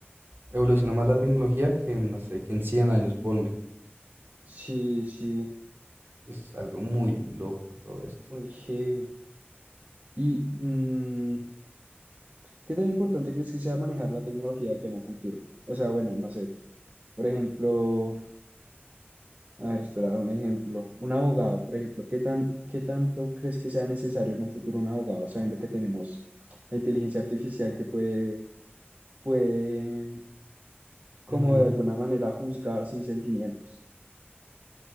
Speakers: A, on the right; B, on the right.
A: evolucionó más la tecnología que en, no sé, que en cien años, ponle.
B: Sí, sí,
A: Es algo muy loco todo esto.
B: muy heavy. Y, mm, ¿Qué tan importante crees que sea manejar la tecnología que en un futuro? O sea, bueno, no sé. Por ejemplo, a ver, espera, un ejemplo. Un abogado, por ejemplo. ¿Qué tan, qué tanto crees que sea necesario en un futuro un abogado, sabiendo que tenemos la inteligencia artificial que puede, puede, como
A: Ujú.
B: de alguna manera, juzgar sin sentimientos?